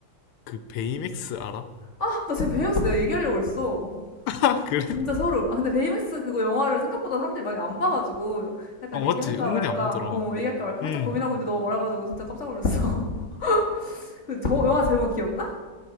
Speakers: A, on the left; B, on the left.
A: 그 베이맥스 알아?
B: 어아나 지금 베이맥스 내가 얘기하려고 그랬어
A: <laughs> 그래?
B: 진짜 소름 아 근데 베이맥스 그거 영화를 생각보다 사람들이 많이 안 봐가지고 약간
A: 어,
B: 얘기할까
A: 맞지. 은근히
B: 말까
A: 안 보더라.
B: 어 얘기할까 말까 살짝
A: 음.
B: 고민하고 있는데 너가 말해가지고 진짜 깜짝 놀랐어 <laughs> 그 저- 영화 제목 기억나?